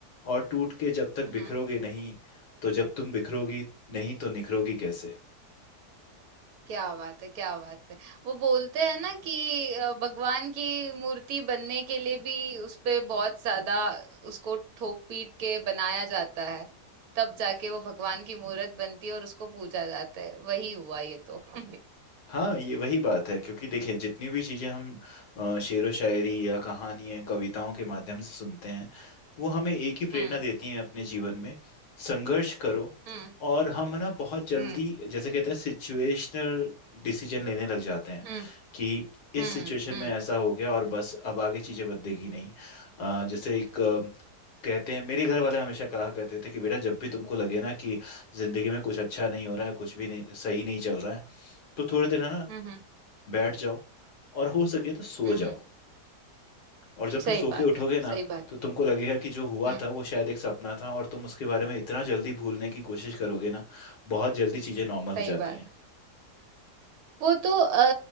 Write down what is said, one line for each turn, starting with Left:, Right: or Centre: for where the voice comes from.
Left: और टूट के जब तक
Right: हुँ,
Left: बिखरोगे नहीं तो जब तुम बिखरोगी नहीं तो निखरोगी कैसे
Right: क्या बात है क्या बात है। वो बोलते हैं ना कि अ, भगवान की मूर्ति बनने के लिए भी उसपे बहुत ज़्यादा उसको ठोक-पीट के बनाया जाता है। तब जाके वो भगवान की मूरत बनती है और उसको पूजा जाता है। वही हुआ ये तो। <laughs>
Left: हाँ ये वही बात है क्योंकि देखिए जितनी भी चीज़ें हम अ, शेरो शायरी या कहानियां कविताओं के माध्यम से सुनते हैं वो हमें एक ही प्रेरणा
Right: हुँ,
Left: देती हैं अपने जीवन में संघर्ष करो
Right: हुँ,
Left: और हम ना बहुत जल्दी
Right: हुँ,
Left: जैसे कहते हैं सिचुएशनल डिसीजन लेने लग जाते हैं
Right: हुँ,
Left: कि इस
Right: हुँ,
Left: सिचुएशन
Right: हुँ।
Left: में ऐसा हो गया और बस अब आगे चीज़ें बदलेगी नहीं अ, जैसे एक अ, कहते हैं मेरे घर वाले हमेशा कहा करते थे कि बेटा जब भी तुमको लगे ना कि जिंदगी में कुछ अच्छा नहीं हो रहा है कुछ भी नहीं सही नहीं चल रहा है तो थोड़ी देर है ना
Right: हुँ, हुँ,
Left: बैठ जाओ और हो सके तो सो
Right: हुँ,
Left: जाओ
Right: हुँ।
Left: और जब
Right: सही
Left: तुम सो
Right: बात
Left: के उठोगे
Right: है
Left: ना
Right: सही बात
Left: तो तुमको लगेगा कि जो हुआ
Right: है। हुँ।
Left: था वो शायद एक सपना था और तुम उसके बारे में इतना जल्दी भूलने की कोशिश करोगे ना बहुत जल्दी चीजें नॉर्मल
Right: सही
Left: हो जाती
Right: बात
Left: हैं
Right: वो तो अ,